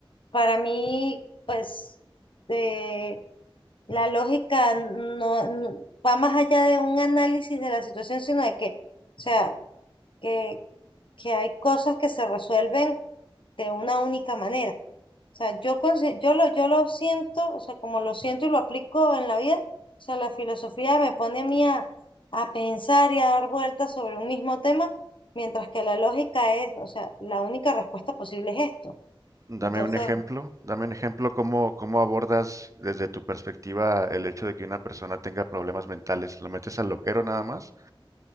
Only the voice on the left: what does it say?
para mí, pues, eh, la lógica no, no- va más allá de un análisis de la situación, sino de que, o sea, que, que hay cosas que se resuelven de una única manera. O sea, yo, consi- yo lo, yo lo siento, o sea, como lo siento y lo aplico en la vida, o sea, la filosofía me pone a mí a, a pensar y a dar vueltas sobre un mismo tema, mientras que la lógica es, o sea, la única respuesta posible es esto.
Entonces,